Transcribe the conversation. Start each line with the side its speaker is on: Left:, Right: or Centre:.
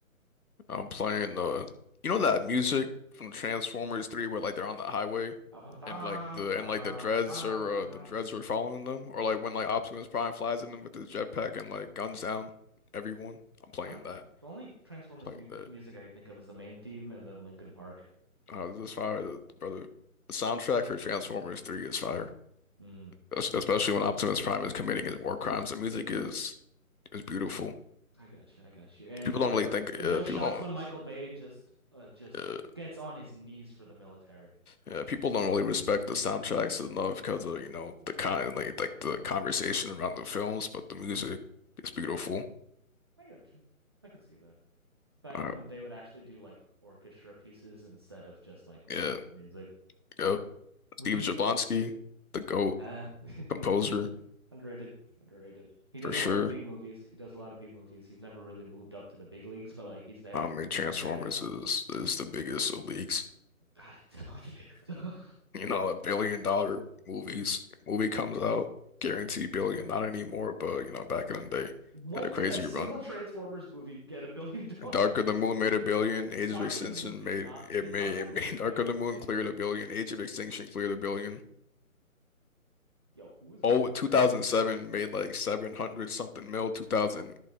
Left: I'm playing uh you know that music from Transformers 3 where like they're on the highway
Right: Ba ba bum
Left: and like the
Right: bum
Left: and like the dreads
Right: bum.
Left: or uh, the dreads were following them or like when like Optimus Prime flies in them with his jetpack and like guns down everyone. I'm playing
Right: I'm
Left: that.
Right: uh, the only Transformers
Left: playing
Right: mu
Left: that.
Right: music I can think of is the main theme and then Linkin Park.
Left: Uh, this is fire, the, brother. The soundtrack for Transformers 3 is fire.
Right: Hmm.
Left: Es- Especially when Optimus Prime is committing his war crimes. The music is is beautiful.
Right: I got you. I got you. And
Left: People
Right: when
Left: don't
Right: Michael,
Left: really think
Right: those
Left: uh, people
Right: shots
Left: don't.
Right: when Michael Bay just uh just
Left: uh,
Right: gets on his knees for the military.
Left: Yeah, people don't really respect the soundtracks enough because of, you know, the kind like, like the conversation around the films, but the music is beautiful.
Right: I got you. I could see that. Back
Left: Uh,
Right: when they would actually do like orchestra pieces instead of just like
Left: yeah,
Right: random music.
Left: yep.
Right: Would
Left: Steve
Right: you?
Left: Jablonsky, the GOAT
Right: Uh, <laughs>
Left: composer
Right: underrated, underrated. He does
Left: for sure.
Right: a lot of B movies. He does a lot of B movies. He's never really moved up to the big leagues, but like he's there.
Left: I mean, Transformers
Right: He's there, you know.
Left: is is the biggest of leagues.
Right: I don't <laughs> know.
Left: You know, a billion dollar movies movie comes out, guaranteed billion, not anymore, but you know, back in the day,
Right: When
Left: had a crazy
Right: did a single
Left: run.
Right: Transformers movie get a billion dollars?
Left: Darker the Moon made a billion. Age
Right: Dark
Left: of Extinction
Right: of the Moon did
Left: made
Right: not.
Left: it
Right: Did
Left: made
Right: Dark
Left: it
Right: of the
Left: made
Right: Moon
Left: <laughs> Darker
Right: make a
Left: the
Right: billion?
Left: Moon cleared a billion. Age of Extinction cleared a billion.
Right: Yo, who is
Left: Oh,
Right: going
Left: 2007 made like 700 something mil. 2000